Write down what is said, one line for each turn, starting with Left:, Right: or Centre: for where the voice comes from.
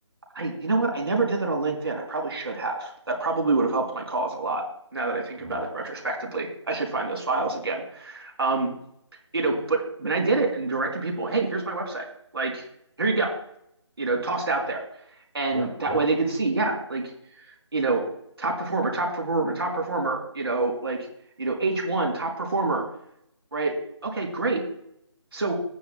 Right: I you know what? I never did that on LinkedIn. I probably should have. That probably would have helped my cause a lot. Now that I think about
Centre: Uh,
Right: it retrospectively, I should find those files again. Um, you know, but when I did it and directed people, hey, here's my website. Like, here you go. You know, tossed out there, and
Centre: yeah,
Right: that
Centre: yeah.
Right: way they could see, yeah, like you know, top performer, top performer, top performer. You know, like you know, H one top performer, right? Okay, great. So